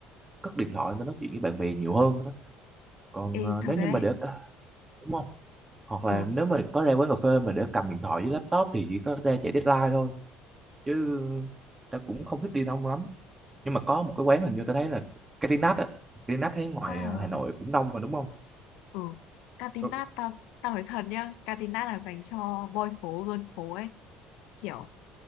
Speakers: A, on the right (about 20°); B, on the left (about 65°).
A: cất điện thoại người ta nói chuyện với bạn bè nhiều hơn á còn
B: ê
A: ờ,
B: thật
A: nếu như
B: đấy
A: mà để ta đúng hoặc là
B: ừ
A: nếu mà có ra quán cà phê mà để cầm điện thoại với laptop thì chỉ có ra chạy deadline thôi chứ ta cũng không thích đi đông lắm nhưng mà có một cái quán hình như ta thấy là Catinat á Catinat thấy ngoài
B: à
A: ờ, Hà Nội cũng đông mà đúng không
B: ừ Catinat
A: Ừ,
B: tao tao nói thật nhá Catinat là dành cho boy phố girl phố ấy kiểu